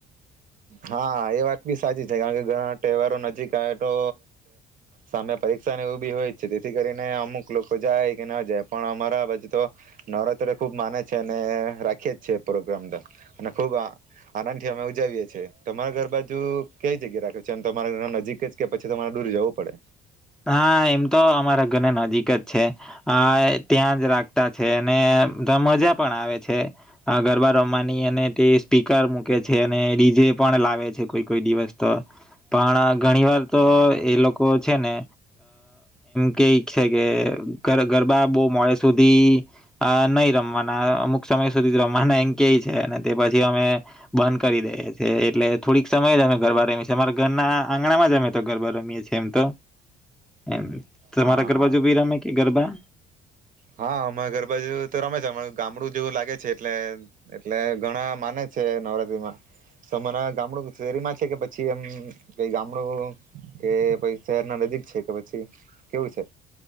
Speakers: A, on the right; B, in the centre.
A: હા એ વાત બી સાચી છે કારણ કે ઘણા તહેવારો નજીક આવે તો સામે પરીક્ષાને એવું બી હોય જ છે તેથી કરીને અમુક લોકો જાય કે ના જાય પણ અમારા બાજુ તો નવરાત્ર ખુબ માને છે અને રાખી જ છે પ્રોગ્રામ તો અને ખૂબ અને અમે ઉજાવીએ છીએ તમારા ઘર બાજુ કઈ જગ્યા રાખે છે એમ તમારા ઘર નજીક જ કે પછી તમારે દૂર જવું પડે
B: હા એમ તો અમારા ઘરને નજીક જ છે આ ત્યાં જ રાખતા છે અને મજા પણ આવે છે ગરબા રમવાની અને તે સ્પીકર મૂકે છે અને ડીજે પણ લાવે છે કોઈ કોઈ દિવસ તો પણ ઘણી વાર તો એ લોકો છે ને કઈ છે કે ગરબા બહુ મોડે સુધી નહી રમવાના અમુક સમય સુધી જ રમવાના એમ કેય છે અને તે પછી અમે બંધ કરી દઈએ છીએ એટલે થોડીક સમય જ અમે ગરબા રમીએ છીએ અમારા ઘરના આંગણામાં જ અમે તો ગરબા રમીએ છીએ એમ તો એમ તમારા
A: હા
B: ગરબા
A: હા
B: જો બીરામ કે ગરબા
A: હા અમાં ગરબાજુ તો રમે છે ગામડું જેવું લાગે છે એટલે એટલે ઘણા માને છે નવરાત્રીમાં તોમારા ગામડું શેરીમાં છે કે પછી એમ કઈ ગામડું કે પ શહેર ના નજીક છે કે પછી કેવું છે